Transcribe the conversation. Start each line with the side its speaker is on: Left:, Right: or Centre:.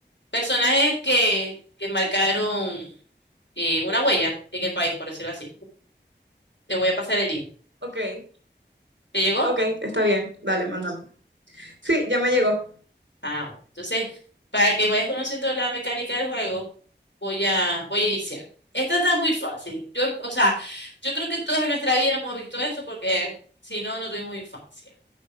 Left: personajes que, que marcaron eh, una huella en el país, por decirlo así. Te voy a pasar el link.
Right: Ok,
Left: ¿Te llegó?
Right: ok, está bien. Dale, mándame. Sí, ya me llegó.
Left: Ah, bueno. Entonces, para que vayas conociendo la mecánica del juego, voy a, voy a iniciar. Esta está muy fácil. Yo, o sea, yo creo que todos en nuestra vida hemos visto eso porque si no, no tuvimos infancia.